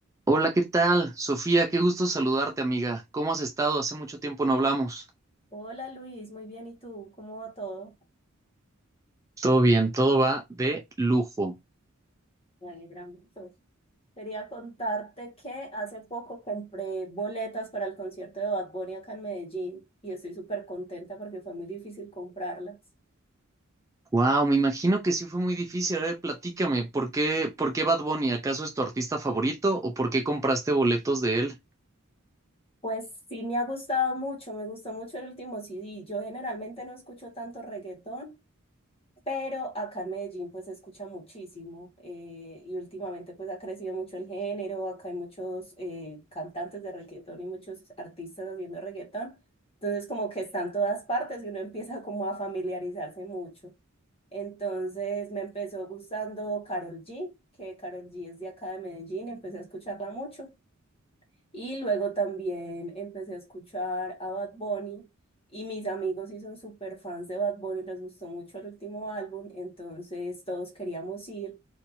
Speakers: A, on the right (about 15°); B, on the left (about 30°).
A: Hola, ¿qué tal? Sofía, qué gusto saludarte, amiga. ¿Cómo has estado? Hace mucho tiempo no hablamos.
B: Hola Luis, muy bien. ¿Y tú? ¿Cómo va todo?
A: Todo bien, todo va de lujo.
B: Me alegra mucho. Quería contarte que hace poco compré boletas para el concierto de Bad Bunny acá en Medellín y estoy súper contenta porque fue muy difícil comprarlas.
A: Wow, me imagino que sí fue muy difícil. A ver, platícame, ¿por qué, por qué Bad Bunny? ¿Acaso es tu artista favorito o por qué compraste boletos de él?
B: Pues sí me ha gustado mucho, me gustó mucho el último CD. Yo generalmente no escucho tanto reggaetón, Pero acá en Medellín pues se escucha muchísimo eh, y últimamente pues ha crecido mucho el género, acá hay muchos eh, cantantes de reggaetón y muchos artistas haciendo reggaetón, entonces como que están todas partes y uno empieza como a familiarizarse mucho. Entonces me empezó gustando Karol G, que Karol G es de acá de Medellín, empecé a escucharla mucho y luego también empecé a escuchar a Bad Bunny y mis amigos sí son súper fans de Bad Bunny, les gustó mucho el último álbum, entonces todos queríamos ir